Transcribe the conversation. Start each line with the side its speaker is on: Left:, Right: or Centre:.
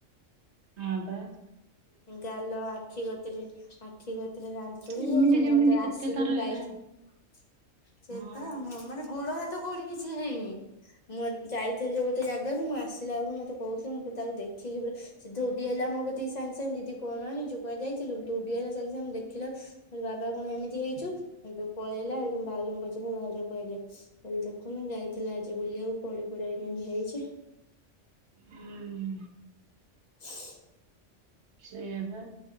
Right: ହଁ ବାସ୍
Left: ଗାଲ ଆଖି ଗତିରେ ଆଖି ଗତିରେ ରାମ୍ ଚୁଡି
Right: ଏମିତି
Left: ହେଇଯାଇଚି
Right: କେମିତି
Left: ମୁଁ ଯା ଆସଲି
Right: କେତେ ତାର
Left: ମୁଁ ଯାଇଥିଲି
Right: ଇଏ
Left: ସେଇପା
Right: ହଁ
Left: ମୁଁ ମାନେ ଗୋଡ ହାତ୍ ତ କୋଉଠି କିଛି ହେଇନି। ମୁଁ ଯାଇଥିଲି ଯେ ଗୋଟେ ଜାଗାକୁ ମୁଁ ଆସିଲା ବେଳକୁ ମତେ କହୁଥିଲି ତାକୁ ଦେଖିକି ପୁରା ସେ ଧୌଡି ଆଇଲା ମୋ କତିକି ସାଙ୍ଗ୍ ସାଙ୍ଗ୍ ଦିଦି କଣ ଆଣିଚୁ କୁଆ ଯାଇଥିଲୁ ଦୌଡି ଆଇଲା ସାଙ୍ଗ୍ ସାଙ୍ଗେ ମୁଁ ଦେଖ୍ ଦେଖିଲା ମୁଁ କଇଲି ବାବା କଂ ଏମିତି ହେଇଚୁ ସେଇଠୁ ପଳେଇଲା ସେଇଠୁ ଭାଉଜଙ୍କୁ ପଚାର୍ଲି ଭାଉଜ କହିଲେ। କହିଲେ ଦେଖୁନୁ ଯାଇଥିଲା ଆଜି ବୁଲିବାକୁ ପଡି ପୁଡାକି କେମତି ହେଇଚି।
Right: ହୁଁ।
Left: <inaudible>
Right: ସେଇଆ ପା